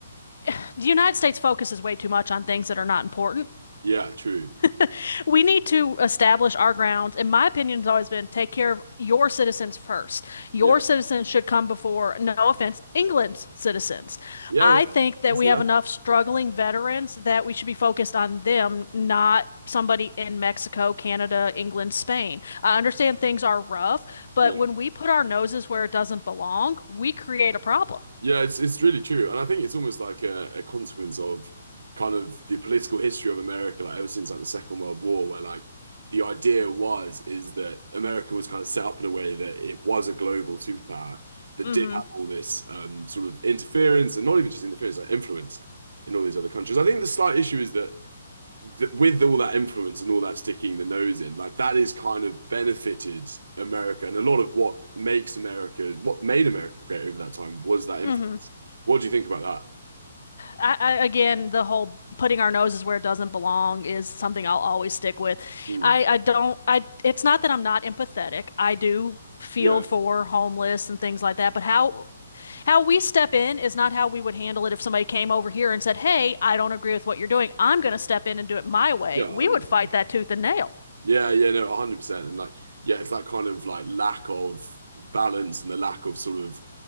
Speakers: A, on the left; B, on the right.
A: <sighs> the United States focuses way too much on things that are not important.
B: Yeah, true.
A: <laughs> We need to establish our grounds. And my opinion has always been take care of your citizens first. Your
B: Yeah.
A: citizens should come before, no offense, England's citizens.
B: Yeah,
A: I
B: yeah.
A: think that
B: I see
A: we have
B: that.
A: enough struggling veterans that we should be focused on them, not somebody in Mexico, Canada, England, Spain. I understand things are rough, but
B: Yeah.
A: when we put our noses where it doesn't belong, we create a problem.
B: Yeah, it's it's really true, and I think it's almost like a, a consequence of kind of the political history of America, like ever since like the Second World War, where like the idea was is that America was kind of set up in a way that it was a global superpower that
A: Mm-hmm.
B: did have all this um, sort of interference, and not even just interference, like influence in all these other countries. I think the slight issue is that th- with all that influence and all that sticking the nose in, like that is kind of benefited America. And a lot of what makes America, what made America great over that time was that influence.
A: Mm-hmm.
B: What do you think about that?
A: I, I, again, the whole putting our noses where it doesn't belong is something I'll always stick with.
B: Mm.
A: I, I don't, I, it's not that I'm not empathetic. I do feel
B: Yeah,
A: for homeless and things like that, but how, how we step in is not how we would handle it if somebody came over here and said, Hey, I don't agree with what you're doing. I'm going to step in and do it my way.
B: yeah,
A: We
B: 100%.
A: would fight that tooth and nail.
B: Yeah, yeah, no, 100%. And like, yeah, it's that kind of like lack of balance and the lack of sort of